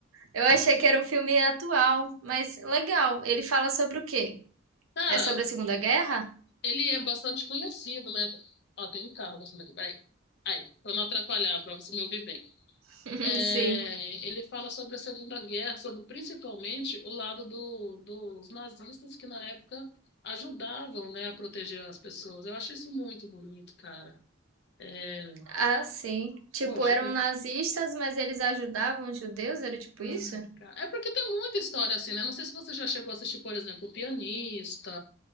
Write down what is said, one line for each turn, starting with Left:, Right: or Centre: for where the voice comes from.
Right: Eu achei que era um filme atual, mas legal. Ele fala sobre o quê?
Left: Cara,
Right: É sobre a Segunda Guerra?
Left: ele é bastante conhecido, né? Ó, tem um carro passando aqui, peraí. Aí, pra não atrapalhar, pra você me ouvir bem.
Right: <laughs>
Left: É,
Right: Sim.
Left: ele fala sobre a Segunda Guerra, sobre principalmente o lado do, dos nazistas que na época ajudavam, né, a proteger as pessoas. Eu acho isso muito bonito, cara. É,
Right: Ah, sim. Tipo,
Left: poxa,
Right: eram
Left: por
Right: nazistas, mas eles ajudavam os judeus? Era tipo
Left: Ai,
Right: isso?
Left: cara. É porque tem muita história assim, né? Não sei se você já chegou a assistir, por exemplo, O Pianista.